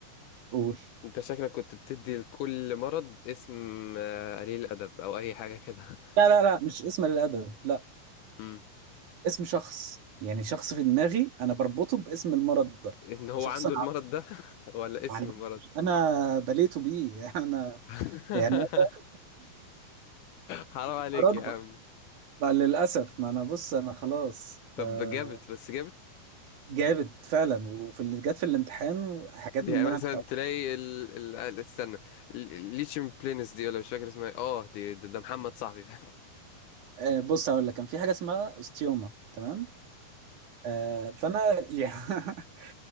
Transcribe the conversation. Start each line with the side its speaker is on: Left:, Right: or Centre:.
Right: قول
Left: انت شكلك كنت بتدي لكل مرض اسم آه، قليل ادب او اي حاجه كده <laughs>
Right: لا لا لا مش اسم للأدب لا
Left: مم.
Right: اسم شخص يعني شخص في دماغي أنا بربطه باسم المرض ده
Left: ان هو
Right: شخص
Left: عنده
Right: أنا
Left: المرض ده <laughs> ولا اسم
Right: عارفه.
Left: المرض
Right: أنا بليته بيه <laughs> أنا
Left: <laughs>
Right: يعني <laughs>
Left: حرام عليك
Right: مرض
Left: يا عم
Right: بقى للأسف ما أنا بص أنا خلاص
Left: طب
Right: آه
Left: جابت بس جابت
Right: جابت فعلا وفي اللي جت في الامتحان حاجات
Left: يعني
Right: من اللي انا
Left: مثلا
Right: كنت
Left: تلاقي ال... ال... ال- استنى ال- الليشيم بلينس دي ولا مش فاكر اسمها إيه. اه دي ده, ده محمد صاحبي فاهم
Right: آه، بص هقول لك كان في حاجه اسمها استيوما تمام آه فانا <laughs> يعني